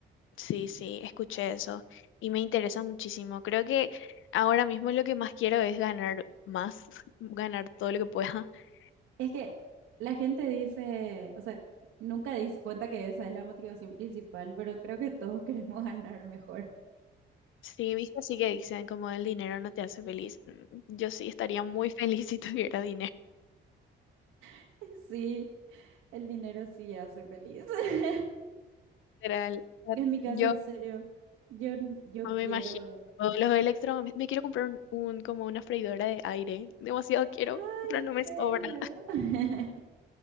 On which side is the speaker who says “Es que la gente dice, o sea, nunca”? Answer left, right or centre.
Right